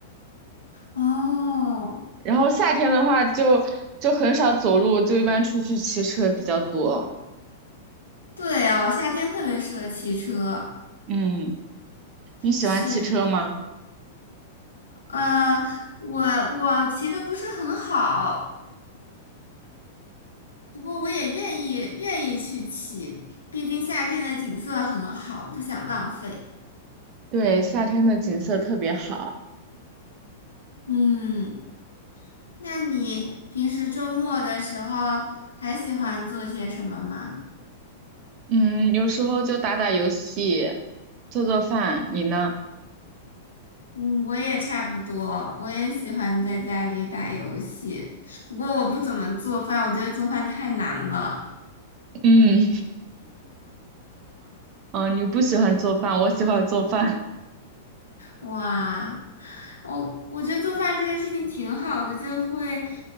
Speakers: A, on the left; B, on the right.
A: 哦，
B: 然后夏天的话就就很少走路，就一般出去骑车比较多。
A: 对哦，夏天特别适合骑车。
B: 嗯，你喜欢骑车吗？
A: 是，呃，我我骑的不是很好。不过我也愿意愿意去骑，毕竟夏天的景色很好，不想浪费。
B: 对，夏天的景色特别好。
A: 嗯，那你平时周末的时候还喜欢做些什么吗？
B: 嗯，有时候就打打游戏，做做饭。你呢？
A: 嗯，我也差不多，我也喜欢在家里打游戏，不过我不怎么做饭，我觉得做饭太难了。
B: 嗯，<laughs> 哦，你不喜欢做饭，我喜欢做饭。
A: 哇，我我觉得做饭这个事情挺好的，就会